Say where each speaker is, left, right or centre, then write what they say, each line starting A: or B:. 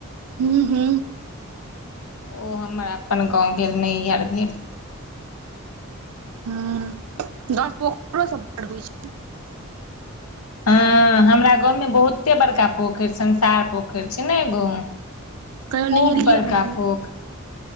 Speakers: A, on the right; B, on the left.
A: हू हू
B: ओ हमर अपन गाँव भेल नैहर भेल
A: हू गाँव में पोखरो सब बड होइ छै
B: हँ हमरा गाँवमे बहुते बड़का पोखरि संसार पोखरि छैने एगो
A: छै कहियो
B: खूब
A: नहेलियै
B: बड़का
A: हन
B: खोख